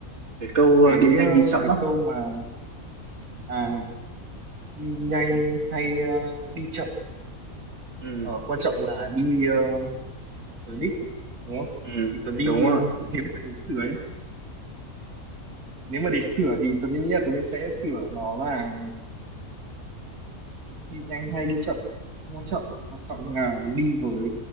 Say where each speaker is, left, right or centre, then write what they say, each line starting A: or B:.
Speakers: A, on the right; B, on the right.
A: cái câu
B: cái
A: ờ, đi nhanh
B: ờ,
A: đi chậm
B: cái
A: á
B: câu mà à đi nhanh
A: ừ,
B: hay ờ, đi chậm
A: ừ,
B: ở quan trọng là đi ờ, Tớ đích đúng không
A: ừ,
B: thì tớ đi
A: đúng rồi
B: ờ, nếu mà để sửa ấy, nếu mà để sửa thì tớ nghĩ là tớ nên sẽ sửa nó là đi nhanh hay đi chậm không quan trọng quan trọng là đi với